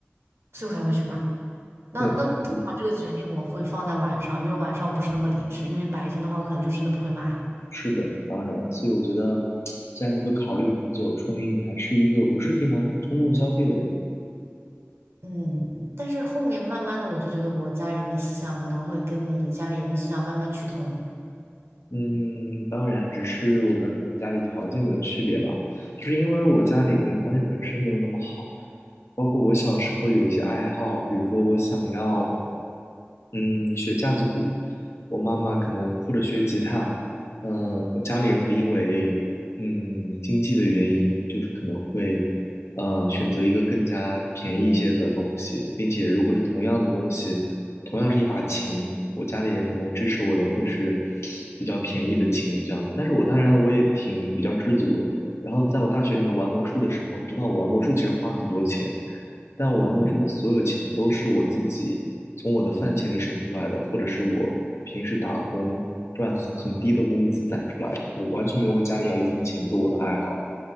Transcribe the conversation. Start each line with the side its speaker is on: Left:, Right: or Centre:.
Right: 所以我才会去买。那那通常这个决定我会放在晚上，
Left: 对，嗯
Right: 因为晚上我不是那么理智，因为白天的话我可能就真的不会买了。
Left: 是的，当然，所以我觉得，既然你会考虑很久，说明你还是一个不是非常冲动消费的人。
Right: 嗯，但是后面慢慢的，我就觉得我家里人的思想可能会跟你家里人的思想慢慢趋同。
Left: 嗯，当然，只是我们可能家里条件的区别吧。就是因为我家里可能条件本身没有那么好，包括我小时候有一些爱好，比如说我想要，嗯，学架子鼓，我妈妈可能或者学吉他，嗯、我家里人会因为嗯经济的原因，就是可能会呃选择一个更加便宜一些的东西，并且如果是同样的东西。同样是一把琴，我家里人可能支持我的会是比较便宜的琴这样子，但是我当然我也挺比较知足的。然后在我大学里面玩魔术的时候，你知道我玩魔术其实花很多钱，但我玩魔术的所有钱都是我自己从我的饭钱里省出来的，
Right: 嗯，
Left: 或者是我平时打工赚很很低的工资攒出来的，我完全没有问家里要一分钱做我的爱好。